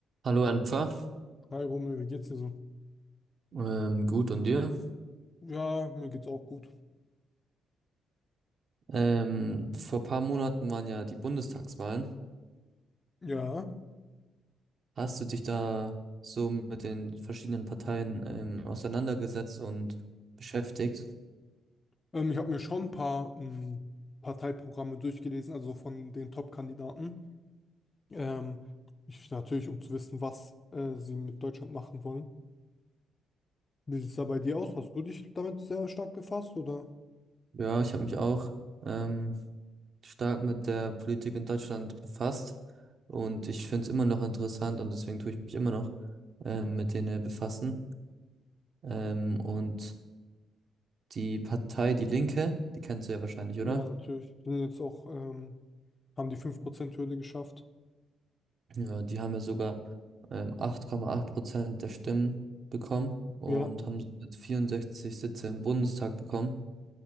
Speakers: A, on the right; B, on the left.
A: Hallo Enfer,
B: Hi Romeo, wie geht's dir so?
A: ähm, gut und dir?
B: Ja, mir geht's auch gut.
A: Ähm, vor paar Monaten waren ja die Bundestagswahlen.
B: Ja,
A: Hast du dich da so mit den verschiedenen Parteien ähm, auseinandergesetzt und beschäftigt?
B: ähm, ich habe mir schon ein paar ähm, Parteiprogramme durchgelesen, also von den Top-Kandidaten. Ähm, ich natürlich, um zu wissen, was äh, sie mit Deutschland machen wollen. Wie sieht's da bei dir aus? Hast du dich damit sehr stark befasst, oder?
A: Ja, ich habe mich auch ähm, stark mit der Politik in Deutschland befasst und ich finde es immer noch interessant und deswegen tue ich mich immer noch ähm, mit denen äh, befassen. Ähm, und die Partei Die Linke, die kennst du ja wahrscheinlich, oder?
B: Ja, natürlich. Sind jetzt auch, ähm, haben die fünf Prozent hürde geschafft.
A: Ja, die haben ja sogar ähm, 8,8 Prozent der Stimmen bekommen und
B: Ja,
A: haben somit 64 Sitze im Bundestag bekommen.